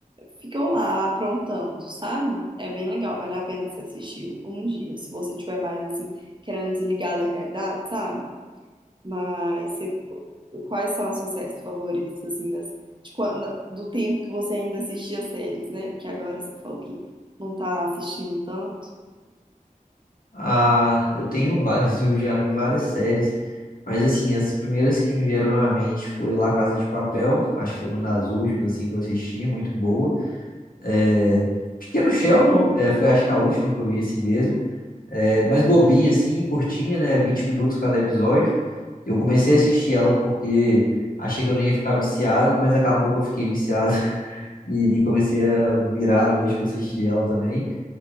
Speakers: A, on the right; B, on the left.
A: ficam lá aprontando, sabe? É bem legal, vale a pena se assistir um dia, se você tiver mais assim, querendo desligar da realidade, sabe? Mas você- quais são as suas séries favoritas, assim, das, de quando, do tempo que você ainda assistia séries, né? Porque agora você falou que não tá assistindo tanto.
B: Ah, eu tenho várias, <laughs> eu já vi várias séries, mas assim, as primeiras que me vieram na mente foi La Casa de Papel, acho que foi uma das últimas assim que eu assisti, muito boa. É, Pequeno Sheldon, é, foi acho que a última que eu vi assim mesmo, é, mas bobinha assim, curtinha, né, 20 minutos cada episódio. Eu comecei a assistir ela porque achei que eu não ia ficar viciado, mas acabou que eu fiquei viciado <laughs> e comecei a virar a noite pra assistir ela também.